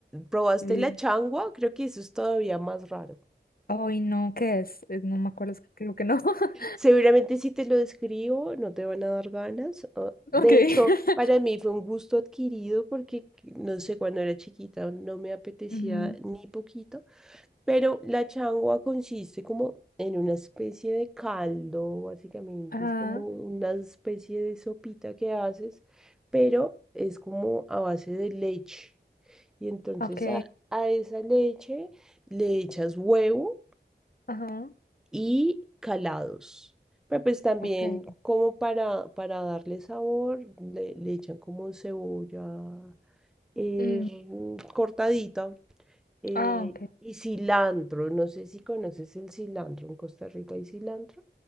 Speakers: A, in the centre; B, on the left (about 55°).
A: ¿Probaste
B: Sí.
A: la changua? Creo que eso es todavía más raro.
B: Ay, no, ¿qué es? Eh, No me acuerdo, es que creo que no. <laughs>
A: Seguramente si te lo describo no te van a dar ganas. o- De
B: Ok. <laughs>
A: hecho, para mí fue un gusto adquirido porque, no sé, cuando era chiquita no me apetecía
B: Ujú.
A: ni poquito. Pero la changua consiste como en una especie de caldo, básicamente.
B: Ajá,
A: Es como una especie de sopita que haces, pero es como a base de leche. Y entonces
B: ok,
A: a, a esa leche le echas huevo
B: ajá,
A: y calados. Pero pues también
B: ok.
A: como para, para darle sabor, le, le echan como cebolla eh,
B: Mm,
A: cortadita eh,
B: Ah, ok.
A: y cilantro. No sé si conoces el cilantro. En Costa Rica hay cilantro.